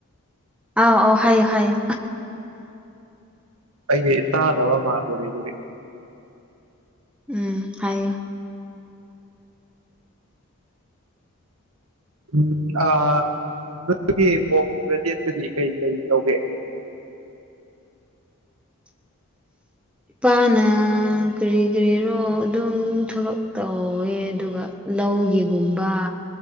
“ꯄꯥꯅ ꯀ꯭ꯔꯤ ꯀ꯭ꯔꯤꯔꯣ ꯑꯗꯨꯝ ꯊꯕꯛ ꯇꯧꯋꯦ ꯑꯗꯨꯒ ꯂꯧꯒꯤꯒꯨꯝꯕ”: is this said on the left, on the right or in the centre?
Centre